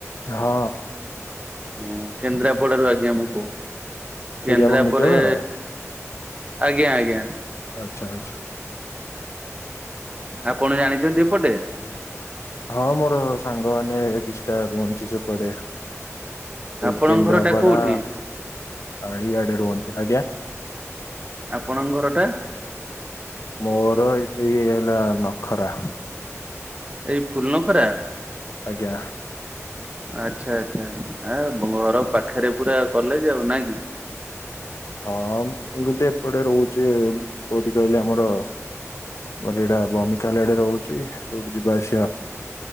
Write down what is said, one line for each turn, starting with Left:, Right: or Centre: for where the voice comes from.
Left: ହଁ।
Right: ହଁ କେନ୍ଦ୍ରାପଡାରୁ ଆଜ୍ଞା ମୁଁ କହୁଛି
Left: ସେଇଠି
Right: କେନ୍ଦ୍ରା
Left: ଆପଣ ନିଜ
Right: ପରେ
Left: ଘର
Right: ଆଜ୍ଞା ଆଜ୍ଞା।
Left: ଆଚ୍ଛା ଆଚ୍ଛା।
Right: ଆପଣ ଜାଣିଛନ୍ତି ଏପଟେ?
Left: ହଁ ମୋର ସାଙ୍ଗମାନେ କିଛିଟା ରହୁଛି ସେପଟେ
Right: ଆପଣଙ୍କ
Left: ଏଇ କେନ୍ଦ୍ରାପଡ଼ା
Right: ଘର ଟା କୋଉଠି?
Left: ଆଳି ଆଡେ। ରୁହନ୍ତି, ଆଜ୍ଞା।
Right: ଆପଣଙ୍କ ଘର ଟା
Left: ମୋର ଏଇଠି କି ନାନ। ଖରା।
Right: ଏଇ ଫୁଲ୍ ନଖରା।
Left: ଆଜ୍ଞା।
Right: ଆଚ୍ଛା ଆଚ୍ଛା ଆ ଘର ପାଖରେ ପୁରା କଲେଜ ଆଉ ନାଇଁ କି?
Left: ହଁ ମୁଁ କିନ୍ତୁ ଏପଟେ ରହୁଛି କୋଉଠି କହିଲେ ଆମର କହିଲି ଏଇଟା ବମିିକାଲ ଆଡେ ରହୁଚି ସେଉଠୁ ଯିବା ଆସି